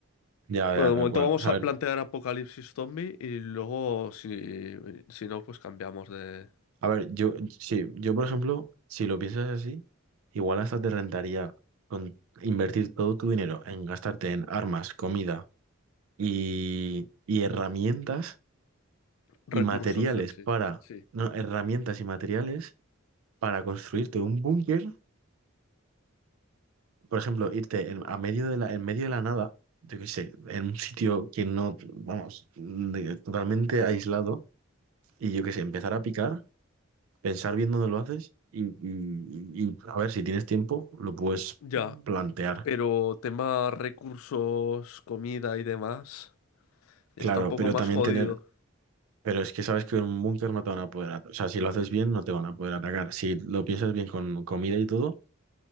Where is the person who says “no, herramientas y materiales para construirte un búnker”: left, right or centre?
Right